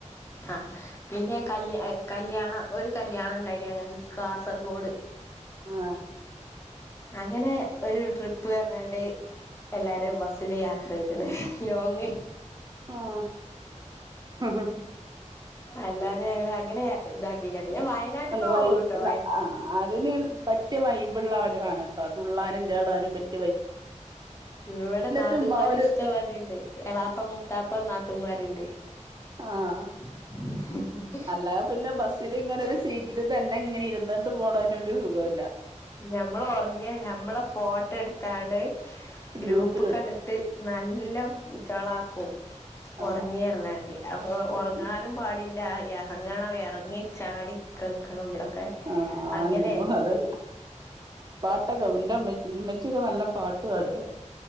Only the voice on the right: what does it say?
ആഹ്
ആഹ്
വൈബ്
ആ ആത് അതിന് പറ്റിയ വൈബുളള്ളവര വാണ് കേട്ടോ തുള്ളാനും ചാടാനും പറ്റി
ചുമ്മാ ഒരു
ആഹ്
അല്ലാതെ പിന്നെ ബസ്സിൽ ഇങ്ങനെ ഒരു സീറ്റില് തന്നെ ഇങ്ങനെ ഇരുന്നിട്ട് പോകണന് ഒരു സുഖമില്ല
ഗ്രൂപ്പിലിടും
ആ
ഉം
ആഹ്
മ്മ അതെന്നെ പാട്ടൊക്കെ ഇന്റെ ഇമ്മച്ചി ഒക്കെ നല്ല പാട്ട് പാടുവെ